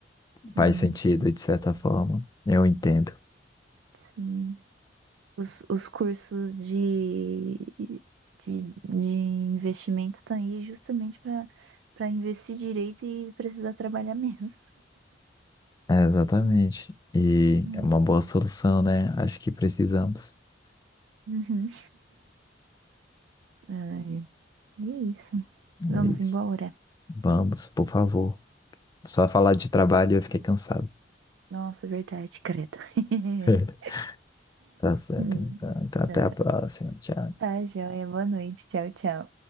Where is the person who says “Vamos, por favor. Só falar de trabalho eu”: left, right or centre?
Left